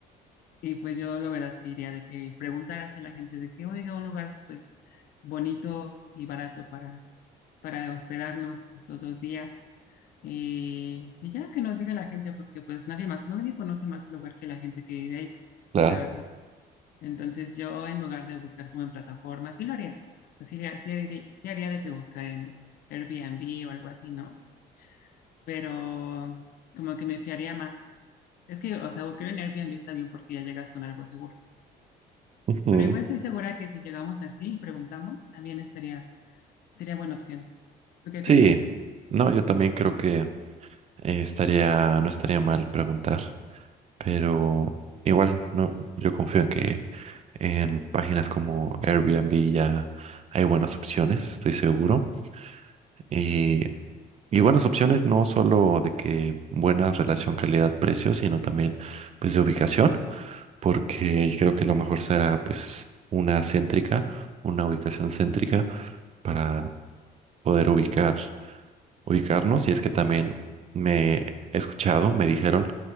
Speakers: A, on the left; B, on the right.
A: Y pues yo la verdad sí diría de que preguntar hacia la gente de que oiga un lugar pues bonito y barato para, para hospedarnos estos dos días. Y, y ya que nos diga la gente, porque pues nadie más, nadie conoce más el lugar que la gente que vive ahí,
B: Claro.
A: la verdad. Entonces yo en lugar de buscar como en plataformas, sí lo haría. O sea, sí, haría- sí haría de- sí haría de que buscar en Airbnb o algo así, ¿no? Pero como que me fiaría más. Es que, o sea, buscar en Airbnb está bien porque ya llegas con algo seguro
B: Ujú.
A: Pero igual estoy segura que si llegamos así y preguntamos, también estaría, sería buena opción. ¿Tú qué piensas?
B: Sí. No, yo también creo que eh, estaría, no estaría mal preguntar, pero igual no, yo confío en que en páginas como Airbnb ya hay buenas opciones, estoy seguro. Y, y buenas opciones no solo de que buena relación calidad-precio, sino también pues de ubicación, porque creo que lo mejor será pues una céntrica, una ubicación céntrica para poder ubicar, ubicarnos. Y es que también me he escuchado, me dijeron